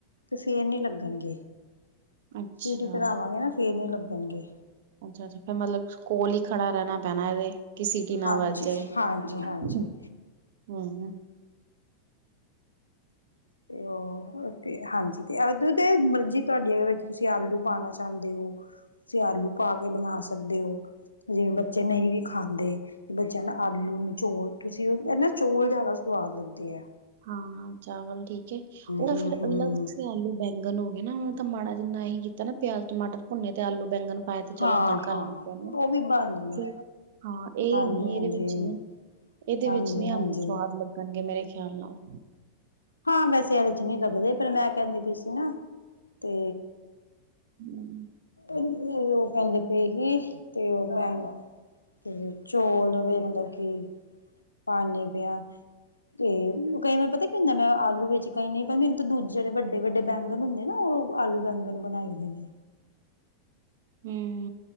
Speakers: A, on the left; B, on the right.
A: ਤੇ ਫਿਰ ਨੀ ਲੱਗਣ ਗੇ
B: ਅੱਛਾ
A: ਸੀਟੀ ਪਰਾਵਾਂਗੇ ਨਾ ਫਿਰ ਨੀ ਲੱਗਣ ਗੇ।
B: ਅੱਛਾ-ਅੱਛਾ, ਫੇਰ ਮਤਲਬ ਕੋਲ ਹੀ ਖੜਾ ਰੈਣਾ ਪੈਣਾ ਇਹਦੇ। ਕਿ ਸਿਟੀ ਨਾ
A: ਹਾਂਜੀ,
B: ਵਾਜ਼ ਜਾਏ,
A: ਹਾਂਜੀ, ਹਾਂਜੀ।
B: ਹੂੰ, ਹੂੰ।
A: ਤੇ, ਓ, ਤੇ ਹਾਂਜੀ। ਤੇ ਅਦੋਂ ਤੇ ਮਰਜ਼ੀ ਤੁਹਾਡੀ, ਅਗਰ ਤੁਸੀ ਆਲੂ ਪਾਣਾ ਚਾੰਦੇ ਓ। ਤੁਸੀ ਆਲੂ ਪਾਕੇ ਬਣਾ ਸਕਦੇ ਓ, ਜਿਵੇਂ ਬੱਚੇ ਨਈ ਵੀ ਖਾਂਦੇ। ਬੱਚੇਆਂ ਨੂੰ ਆਲੂ ਨਾ ਚੋਲ, ਤੁਸੀ ਐਨਾ ਚੋਲ ਜਾਦਾ ਸਵਾਦ ਲੱਗਦੇ ਐ।
B: ਹਾਂ, ਚਾਵਲ ਠੀਕ ਏ, ਓ
A: ਹੂੰ,
B: ਫੇਰ
A: ਹੂੰ।
B: ਅਲੱਗ ਸੇ ਆਲੂ ਬੈਂਗਨ ਹੋ ਗਏ ਨਾ ਤੇ ਮਾੜਾ ਜਿੰਨਾ ਆਹੀ ਕੀਤਾ ਨਾ ਪਿਆਜ, ਟਮਾਟਰ ਭੁੰਨੇ ਤੇ ਆਲੂ ਬੈਂਗਨ ਪਾਇਆ ਤੇ ਚਲੋ
A: ਹਾਂ,
B: ਤੜਕਾ
A: ਹਾਂ
B: ਲੱਗ ਗਿਆ ਨਾ,
A: ਉਹ ਵੀ ਬਣ ਜਾਂਦੇ
B: ਤੇ ਹਾਂ ਏਨੀ
A: ਹਾਂਜੀ, ਹਾਂਜੀ।
B: ਏਦੇ ਵਿੱਚ ਨੀ ਇਹਦੇ
A: ਹਾਂਜੀ,
B: ਵਿੱਚ ਨੀ ਆਲੂ
A: ਹਾਂਜੀ
B: ਸਵਾਦ ਲੱਗਣਗੇ, ਮੇਰੇ ਖਿਆਲ ਨਾਲ।
A: ਹਾਂ, ਵੈਸੇ ਏਦੇ'ਚ ਨੀ ਲੱਗਦੇ ਪਰ ''ਮੈਂ ਕਹਿੰਦੀ ਪਈ ਸੀ ਨਾ ਤੇ
B: ਹਮ
A: ਨਈਂ, ਓ ਕਹਿੰਦੀ ਪਏ ਹੀ, ਤੇ ਓ ''ਮੈਂ ਤੇ ਚੋਲ ਵੀ ਮਤਲਬ ਕਿ ਪਾਂਨੇ ਪੇਆਂ। ਤੇ ਕਈ ਵਾਰ ਪਤਾ ਕੀ ਹੁੰਦਾ, ਮੈਂ ਆਲੂ ਵਿੱਚ ਕਈ ਨੀ ਪਾਂਦੇ, ਤੇ ਦੂਜੇ ਜੇੜੇ ਵੱਡੇ-ਵੱਡੇ ਬੈਂਗਣ ਹੁੰਦੇ ਨਾ, ਓ ਆਲੂ, ਬੈਂਗਣ ਬਣਾਈ ਦੇਨੇ।
B: ਹੂੰ।